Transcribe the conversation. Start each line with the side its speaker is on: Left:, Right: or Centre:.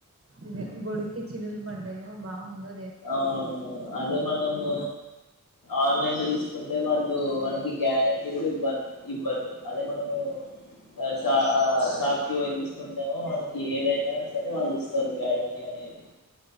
Right: ఇదే గొడుక్కి చిల్లులు పడ్డాయో బాగుండదు.
Left: అవును. అదే మనము ఆన్లైన్ లో తీసుకు కుంటే వాళ్ళు మనకి గ్యారెంటీ కూడా ఇవ్వ ఇవ్వరు. అదే మనము ఆ షా ఆ షాప్కి పోయి తీసుకుంటనేమో మనకి ఏదైనా సరే వాళ్ళు ఇస్తారు. గ్యారంటీ అనేది